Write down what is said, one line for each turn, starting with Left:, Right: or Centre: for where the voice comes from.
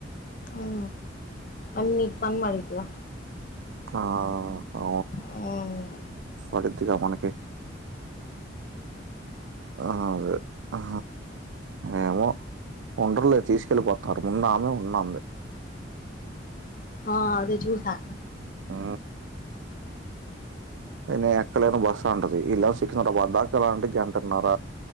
Left: ఉ అన్ని పని <unintelligible>
Right: ఆ అ
Left: మ్మ్
Right: పడుద్దిగా మనకి అ అదే ఆ ఏమో ఉండర్లే తీసుకెళ్ళిపోతారు ముందు ఆమె ఉన్నంది
Left: ఆ అదే చూసా
Right: ఉ న ఎక్కలేన బస్సు అంటది ఇళ సికిన్నర వద్దాకాలా అంటే గంటన్నర